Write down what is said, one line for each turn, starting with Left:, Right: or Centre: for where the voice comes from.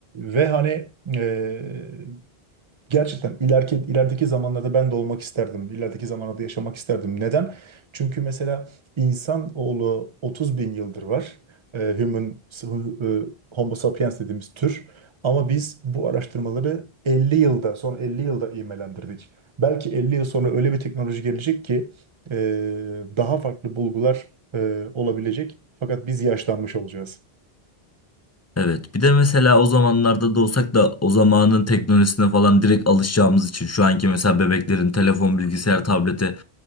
Right: ve hani eee, Gerçekten ileriki, ilerideki zamanlarda ben de olmak isterdim. İlerideki zamanlarda yaşamak isterdim. Neden? Çünkü mesela insanoğlu 30 bin yıldır var. Ee, human, hu- e, Homo sapiens dediğimiz tür. Ama biz bu araştırmaları 50 yılda, son 50 yılda imelendirdik. Belki 50 yıl sonra öyle bir teknoloji gelecek ki e, daha farklı bulgular e, olabilecek. Fakat biz yaşlanmış olacağız.
Left: Evet. Bir de mesela o zamanlarda da olsak da o zamanın teknolojisine falan direkt alışacağımız için şu anki mesela bebeklerin telefon, bilgisayar, tablete